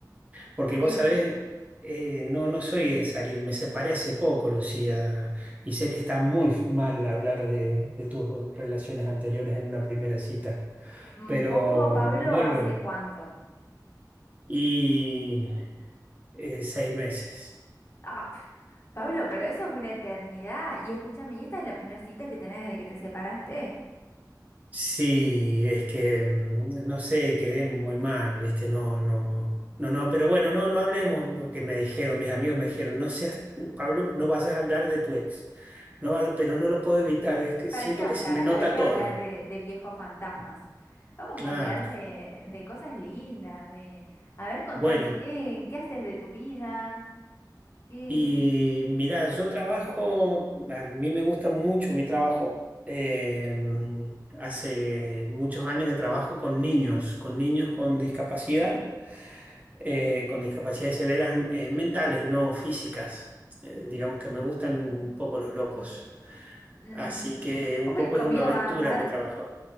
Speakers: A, on the right (about 20°); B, on the left (about 40°).
A: Porque vos
B: Listo.
A: sabés, eh, no, no soy de salir, me separé hace poco, Lucía, y sé que está muy mal hablar de, de tus relaciones anteriores en una primera cita,
B: Un
A: pero
B: poco, Pablo,
A: no
B: ¿hace
A: lo...
B: cuánto?
A: Y eh, seis meses.
B: Ah, pf, Pablo, pero eso es una eternidad. Y escúchame, ¿y esta es la primera cita que tenés desde que te separaste?
A: Sí, es que mm, no sé, quedé muy mal, ¿viste? No, no, no, no, pero bueno, no, no hablemos, porque me dijeron, mis amigos me dijeron, no seas, Pablo, no vayas a hablar de tu ex. No va- pero no lo puedo evitar, es que
B: ¿Para
A: siento
B: qué hablar?
A: que se me nota
B: ¿Para qué
A: todo.
B: hablar de, de viejos fantasmas? Vamos
A: Claro.
B: a hablar de, de cosas lindas, de... A ver, contame,
A: Bueno,
B: ¿qué, qué haces de tu vida? ¿Qué...?
A: y mirá, yo trabajo, a mí me gusta mucho mi trabajo. Eh, mm, hace muchos años que trabajo con niños, con niños con discapacidad. eh, con discapacidades severas eh, mentales, no físicas. Eh, digamos que me gustan un poco los locos.
B: Ujú.
A: Así que
B: <laughs>
A: un
B: Uy,
A: poco
B: conmigo
A: es una aventura
B: va a andar.
A: mi trabajo.